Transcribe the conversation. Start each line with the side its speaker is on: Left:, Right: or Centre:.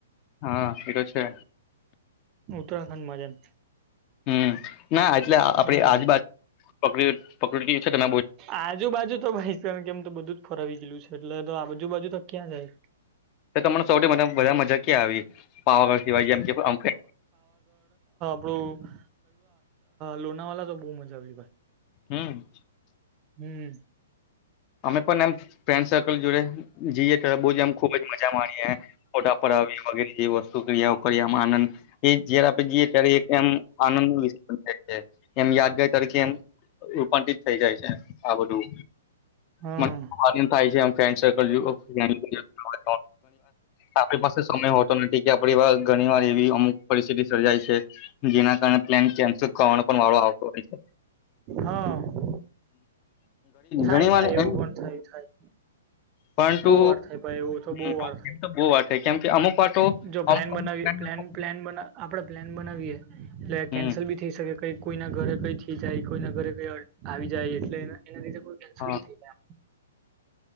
Left: હા એ તો છે.
Right: ઉત્તરાખંડમાં જેમ.
Left: હમ ના એટલે આપડી
Right: હમ
Left: આજુ બાાજુક પ્રકૃતિ છે તમે.
Right: આજુ બાાજુ તો ભાઈ સરણ કેમ તો બધું જ ફરવી ગયલું છે એટલે તો આજુ બાાજુ તો ક્યાં જાય.
Left: તમન સૌથીા વધાર મજા ક્યાં આવી પાવાગઢ સિવાય જેમ કે
Right: આપું લોનાવાલા તો બહુ મજા આવેલી ભાઈ.
Left: હમ.
Right: હમ્મ.
Left: અમે પણ એમ ફ્રેન્ડ સર્કલ જોડે. જીએ ત બોવ જ આમ ખુબ જ મજા માણીએ ફોટા પડાવી એ વગેરે જે શુક્રિયા ઉક્રિયામાં આનંદ. એ જયા <unintelligible> રે આપે જઈએ ત્યારે એક એમ આનંદ ન વિાય છે એમ યાદાય તકે એમ. રૂપાંતિત થઈ જાય છે આ બધું
Right: હા
Left: મન આનંદ થાય છેમ ફન્ડ ઘણી વાર આપણી પાસે સમય હોતો નથી. કેણી વાર ઘણી વાર એવી અમુક પરિસ્થિતિ સર્જાય છે જેના કારણે પ્લાન કેન્સલ કરવાનો પણ વાળો આવે આવતો હોય છે.
Right: હા થાય
Left: ઘણી
Right: થાય
Left: વાર એમ
Right: એવું પણ થાય થાય.
Left: પરંતુ
Right: બોવ વાર થાય ભાઈ એવું તો બોવ
Left: એમ
Right: વાર થાય
Left: તો બહુ વાર કેમ કે અમુક વાર તો
Right: જો પ્લાન
Left: અમુક
Right: બનાવી
Left: અમુક
Right: પ્ન
Left: લોકો
Right: પ્લાન બ આપડે પ્લાન બનાવીયએ. એટલે
Left: હમ
Right: કેન્સલ બી થઈ શકે કઈ કોઈ ના ઘરે કઈ થઈ જાય કોઈ ના ઘરે કઈ આવી જાય એટલેને. એના લીધે કોઈ કેન્સલ
Left: હા
Right: બી થઈ જાય.